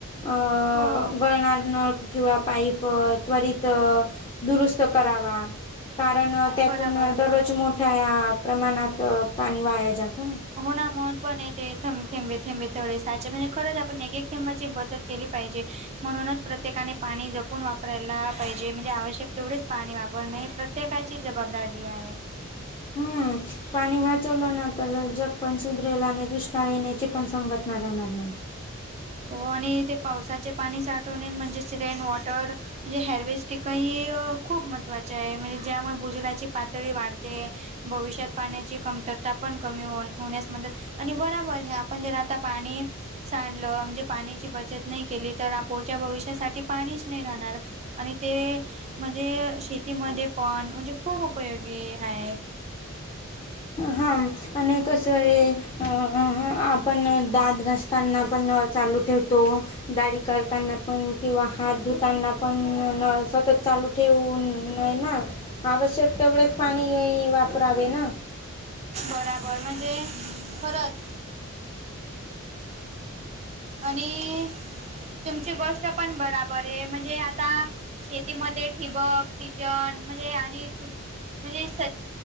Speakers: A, on the left; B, on the right.
A: अ
B: हो
A: गळणार न किंवा पाईप त्वरित दुरुस्त करावा कारण त्यातून
B: बराबर
A: दररोज मोठ्या प्रमाणात पाणी वाया जातो ना
B: होणा मन पण य ते थंब थेंबे थेंबे थोडे साचे म्हणजे खरंच आपण एक एक थेंबाची बचत केली पाहिजे म्हणूनच प्रत्येकाने पाणी जपून वापरायला पाहिजे म्हणजे आवश्यक तेवढेच पाणी वापरणे्य प्रत्येक कायची जबाबदारी आहे
A: हम्म पाणी वाचवलं ना तर जग पण सुधरेला आणि दुष्काळ येण्याची पण संघटना राहणार नाही
B: हो आणि ते पावसाचे पाणी साठवणे म्हणजेच रेन वॉटर म्हणजे हरवेस् टिक ह खूप महत्त्वाची आहे म्हणजे ज्यामुळे भुजलाची पातळी वाढते भविष्यात पाण्याची कमतरता पण कमी हो होण्यास मदत आणि बराबर हे आपण जर आता पाणी सांडलं पाण्याची बचत नाही केली तर आप पुढच्या भविष्यासाठी पाणीच नाही राहणार आणि ते म्हणजे शेतीमध्ये पण म्हणजे खूप उपयोगी आहे
A: हा अनेक अस आपण दात घसत त्यांना पण चालू ठेवतो दाडी करताना पण किंवा हात धुताना पण नळ सतत चालू ठेवून ना आवश्यक तेवढेच पाणी वापरावे ना
B: बराबर म्हणजे परत आणि तुमची गोष्ट पण बराबर आहे म्हणजे आता शेतीमध्ये ठिबक सिजन म्हणजे आणि म्हणजे स